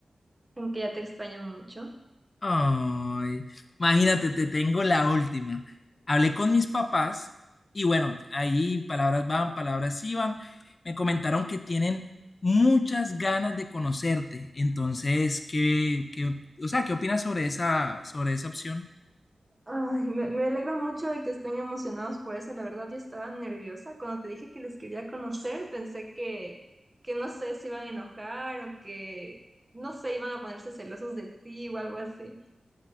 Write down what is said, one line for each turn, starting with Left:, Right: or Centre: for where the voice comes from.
Right: en que ya te extraño mucho.
Left: Ay, imagínate, te tengo la última. Hablé con mis papás y bueno, ahí palabras van, palabras iban. Me comentaron que tienen muchas ganas de conocerte. Entonces, ¿qué, qué, o sea, ¿qué opinas sobre esa, sobre esa opción?
Right: Ay, me, me alegra mucho de que estén emocionados por eso. La verdad, yo estaba nerviosa. Cuando te dije que les quería conocer, pensé que, que no sé si iban a enojar o que, no sé, iban a ponerse celosos de ti o algo así.